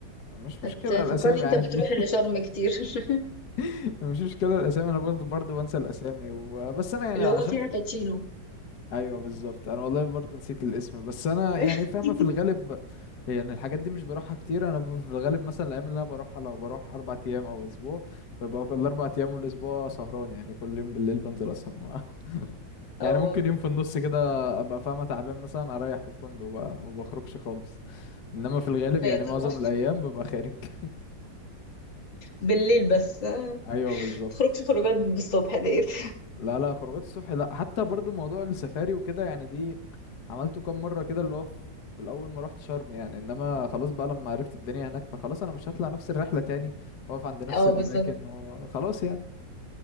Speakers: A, on the left (about 60°); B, on the left (about 85°).
A: مش
B: هتفكرني
A: مشكلة الأسامي
B: انت
A: عادي
B: بتروح اللي شرم كتير <laughs>
A: <laughs> مش مشكلة الأسامي أنا برضو برضو بنسى الأسامي وبس أنا يعني
B: اللي
A: عشان
B: هو فيها باتشينو
A: ايوه بالظبط انا والله برضه نسيت الاسم بس انا
B: <laughs>
A: يعني فاهمه في الغالب يعني الحاجات دي مش بروحها كتير انا ب- في الغالب مثلا الايام اللي انا بروحها لو بروح اربع ايام او اسبوع ببقى كل اربع ايام والاسبوع سهران يعني كل يوم بالليل بنزل اسهر مع <laughs>
B: اه
A: يعني ممكن يوم في النص كده ابقى فاهمه تعبان مثلا اريح في الفندق بقى ما بخرجش خالص انما في الغالب
B: فيا
A: يعني
B: طبعا
A: معظم الايام ببقى خارج <laughs>
B: بالليل بس ما
A: ايوه بالظبط
B: تخرجش خروجات بالصبح ديت
A: لا لا خروجات الصبح لا حتى برضو موضوع السفاري وكده يعني دي عملته كام مرة كده اللي هو في في الأول ما رحت شرم يعني إنما خلاص بقى لما عرفت الدنيا هناك فخلاص أنا مش هطلع نفس الرحلة تاني وأقف عند نفس
B: اه
A: الأماكن
B: بالظبط
A: وخلاص يعني